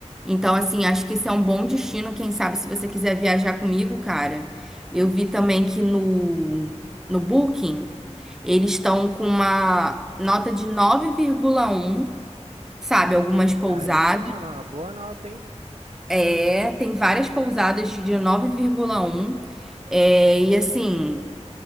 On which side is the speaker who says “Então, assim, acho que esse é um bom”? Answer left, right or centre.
Centre